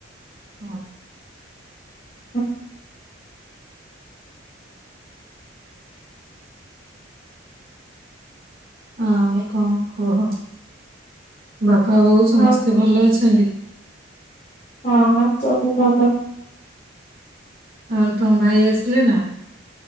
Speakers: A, on the right; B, on the left.
A: ହଁ।
B: <unintelligible>
A: ଆଉ କଁ କୁହ ବାପା ବୋଉ
B: ଆଉ
A: ସମସ୍ତେ ଭଲ ଅଛନ୍ତି?
B: ଓହୋ <unintelligible> ଭଲ।
A: ଆଉ ତମ ଭାଇ ଆସିଲେ ନା?